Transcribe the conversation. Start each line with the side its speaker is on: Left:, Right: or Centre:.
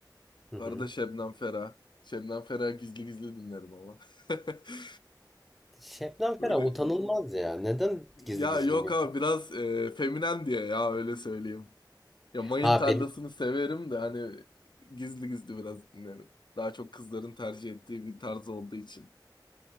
Centre: Hı hı.
Left: Bu arada Şebnem Ferah. Şebnem Ferah gizli gizli dinlerim ama. <laughs>
Centre: Şebnem
Left: Böyle
Centre: Ferah utanılmaz ya. Neden
Left: ya
Centre: gizli gizli
Left: yok
Centre: dinliyorsun?
Left: abi biraz e, feminen diye ya öyle söyleyeyim. Ya mayın
Centre: Ha
Left: tarlasını
Centre: benim,
Left: severim de hani gizli gizli biraz dinlerim. Daha çok kızların tercih ettiği bir tarz olduğu için.